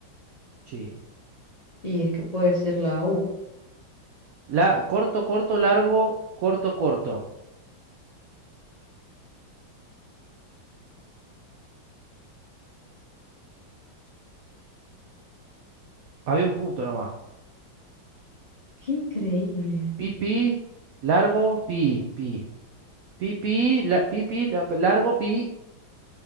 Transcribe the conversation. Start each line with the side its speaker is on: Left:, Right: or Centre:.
Right: Sí.
Left: Y es que puede ser la U.
Right: La, corto, corto, largo, corto, corto. Había un punto nomás.
Left: ¡Qué increíble!
Right: Pi, pi, largo, pi, pi. Pi, pi, la, pi, pi, la- largo, pi.